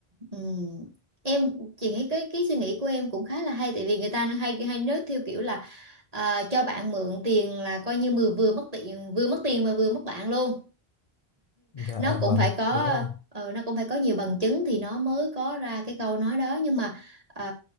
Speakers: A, on the right; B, on the left.
A: ừm, em chị nghĩ cái cái suy nghĩ của em cũng khá là hay tại vì người ta hay hay nói theo kiểu là ờ, cho bạn mượn tiền là coi như vừa vừa mất tiền vừa mất tiền mà vừa mất bạn luôn
B: dạ
A: nó
B: à, vâng
A: cũng phải có
B: đúng rồi
A: ờ, nó cũng phải có nhiều bằng chứng thì nó mới có ra cái câu nói đó nhưng mà ờ,